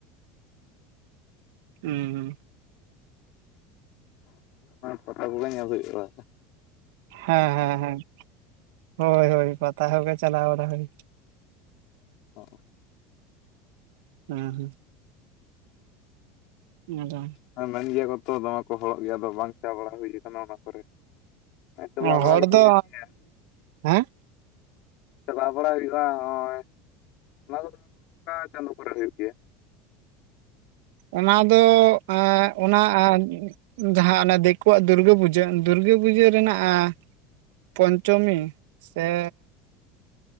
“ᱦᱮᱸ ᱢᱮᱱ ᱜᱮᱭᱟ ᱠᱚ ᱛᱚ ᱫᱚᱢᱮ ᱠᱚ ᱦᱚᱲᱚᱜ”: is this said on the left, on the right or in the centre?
Left